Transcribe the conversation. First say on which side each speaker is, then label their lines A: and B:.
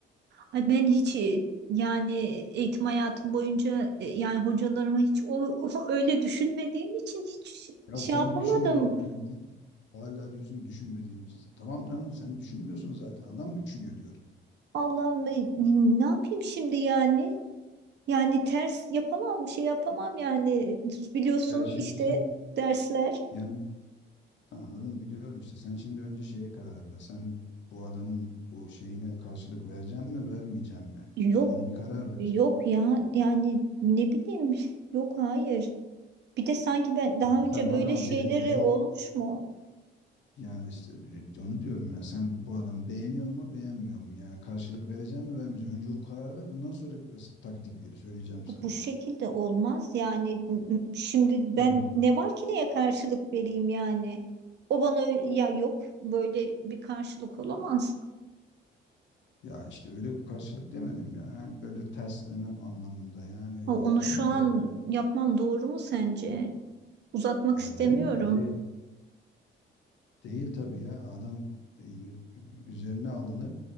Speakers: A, on the right; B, on the left.
A: Ay ben hiç e, yani eğitim hayatım boyunca e, yani hocalarıma hiç o, <laughs> o- öyle düşünmediğim için hiç
B: Ya
A: şey
B: sen
A: yapamadım.
B: düşünmüyorsun Hatice. Hala diyorsun ki düşünmediğim için. Tamam canım sen düşünmüyorsun zaten. Adam düşünüyor diyorum.
A: Allah'ım e, ne yapayım şimdi yani? Yani ters yapamam, şey yapamam yani. Biliyorsun
B: Ya şimdi
A: işte
B: sen
A: dersler
B: yani tamam, anladım biliyorum işte. Sen şimdi önce şeye karar ver. Sen bu adamın bu şeyine karşılık vereceğim mi vermeyeceğim mi?
A: yok
B: Onu bir karar ver.
A: yok ya yani ne bileyim yok hayır. Bir de sanki ben daha
B: Yani
A: önce
B: Sen adam
A: böyle şeyleri
B: be, beğen
A: olmuş mu?
B: yani işte onu diyorum ya sen bu adamı beğeniyor mu beğenmiyor mu? Yani karşılık vereceğim mi vermeyeceğim Önce o kararı ver ondan sonra taktikleri söyleyeceğim sana.
A: Bu şekilde olmaz yani şimdi ben
B: He.
A: ne var ki neye karşılık vereyim yani o bana ö- ya yok böyle bir karşılık olamaz
B: Ya işte öyle karşılık demedim ya. Yani böyle tersleme anlamında yani e,
A: Ha, onu şu
B: reddet
A: an yapmam doğru mu sence uzatmak
B: ya
A: istemiyorum
B: değil değil değil tabii ya adam e, üzerine alınır